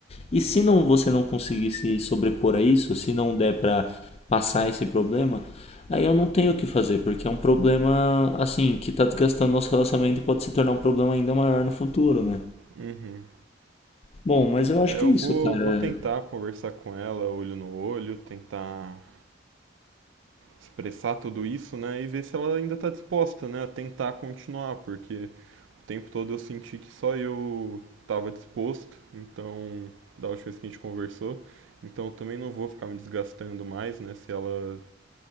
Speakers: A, on the left (about 35°); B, on the right (about 85°).
A: E se não você não conseguir se sobrepor a isso, se não der para passar esse problema, aí eu não tenho o que fazer, porque é um problema assim que está desgastando nosso relacionamento e pode se tornar um problema ainda maior no futuro, né?
B: Uhum.
A: Bom, mas eu
B: É,
A: acho que
B: eu
A: é isso,
B: vou,
A: cara.
B: vou tentar conversar com ela, olho no olho, tentar expressar tudo isso, né? E ver se ela ainda tá disposta, né? A tentar continuar, porque o tempo todo eu senti que só eu tava disposto, então, da última vez que a gente conversou. Então eu também não vou ficar me desgastando mais, né? Se ela.